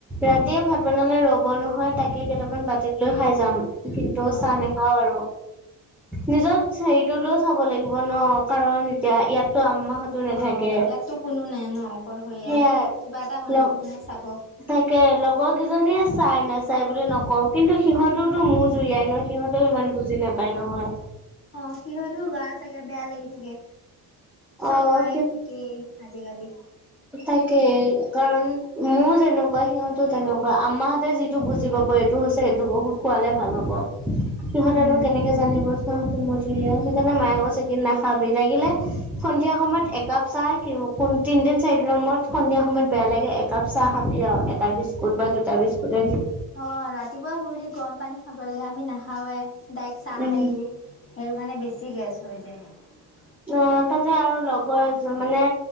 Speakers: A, in the centre; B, on the left.
A: ৰাতিয়ে ভাত বনালে ৰব নহয় তাকে কেইটামান বাতিত লৈ খাই যাম কিন্তু
B: অ',
A: চাহ নাখাওঁ আৰু। নিজৰ হেৰিটোলৈ চাব লাগিব ন কাৰণ এতিয়া ইয়াত ত আম্মাহত টো নাথাকে।
B: অ', ইয়াততো কোনো নাই ন অকলশৰীয়া
A: সেইয়াই
B: কিবা এটা হ'লেনো
A: লগ
B: কোনে চাব
A: থাকে লগ মইকেইজনীয়ে চাই নাচাই বুলি নকওঁ কিন্তু সিহঁতওতো মোৰ জুৰিয়াই নহ সিহঁতেও ইমান বুজি নাপ তাই নহয়।
B: অ সিহতো গা চাগে বেয়া লাগি থাকে। চবৰে
A: অ',
B: এ থাকেই আজিকালি।
A: তাকে কাৰণ মোৰ যেনেকুৱা সিহঁতো তেনেকুৱা আম্মাহতে যিটো বুজি পাব এই টো হৈছে এটো ঔষধ খোৱালে ভাল হব, সিহঁতেনো
B: উম
A: কেনেকে জানিব। গ মজুৰি সেইকাৰণে মায়ে কচে নাখাবি লাগিলে সন্ধিয়া সময়ত একাপ চাহ কি হ ক তিনদিন চাৰি দিনৰ ময়ৰত সন্ধিয়া সময়ত বেয়া লাগে একাপ চাহ খাবি আৰু এটা বিস্কুট স্কুট বা দুটা বিস্কুট দিয়ে।
B: অ' ৰাতিপুৱা শুই উঠি গৰম পানী খাব লাগে আমি নাখাওে ডাইৰেক্ট চাহ
A: উম
B: খাই দিওঁ। সেইটো কাৰণে বেছি গেছ হৈ যায়।
A: অ' তাতে আৰু লগৰ এ মানে